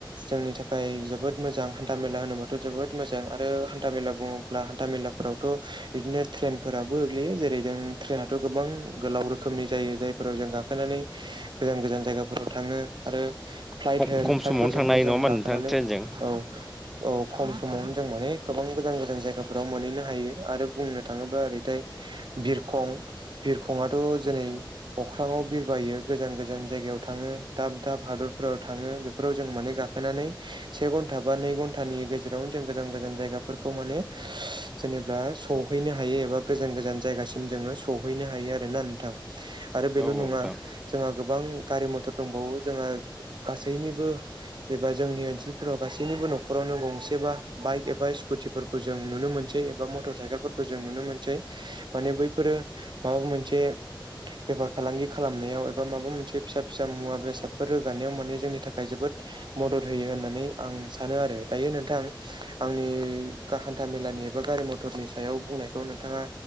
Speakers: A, on the right; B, in the centre.
A: जोंनि थाखाय जोबोद मोजां हान्था मेला होनोबाथ' जोबोद मोजां आरो हान्था। था मेला बुङोब्ला हान्था मलाफोरावथ' बिदिनो ट्रेनफोराबो गोग्लैयो जों ट्रेनाथ' गोबां गोलाव रोखोमनि जायो जायफोराव जों गाखोनानै गोजान गोजान जायगाफोराव थाङो आरो फ्लाइट
B: खम
A: होन
B: खम
A: फ्लाइटफोरजोंबो
B: समावनो थांनो हायो
A: जों
B: नङा होमबा
A: गाखोनानै
B: नोंथां ट्रेनजों
A: औ। औ खम समावनो जों माने गोबां गोजान गोजान जायगाफोराव मोनहैनो हायो आरो बुंनो थाङोब्ला ओरैथाय। बिरखं बिरखंआथ' जेरै अख्राङाव बिरबायो गोजान गोजान जायगायाव थाङो। दाब दाब हादरफोराव थाङो बेफोराव जों माने गाखोनानै से घन्टा बा नै घन्टानि गेजेरावनो। जों गोजान गोजान जायगाफोरखौ मानि जेनेबा सौहैनो हानो एबा गोजान गोजान। जायगासिम जों सौहैनो हायो आरोना नोंथां आरो बेल'
B: औ
A: नङा
B: नोंथां
A: जोंङो। गोबां गारि मथर दंबावो जोंहा गासैनिबो एबा जोंनि ओनसोलफोराव गासैनि। बो न'खरावनो गंसेबा बाइक एबा स्कुटिफोरखौ जों नुनो मोनसै एबा मटर साइकेलफोरखौ जों नुनो मोन सै माने बैफोरो माबा मोनसे। बेफार फालांगि खालामनायाव एबा माबा मोनसे फिसा फिसा मुवा बेसादफोर रोगानायाव माने जोंनि थाखाय जोबोद मदद होयो होननानै आं सानो आरो दायो नोंथां आंनि गा-हान्था मे। नि एबा गारि मथरनि सायाव बुंनायखौ नोंथाङा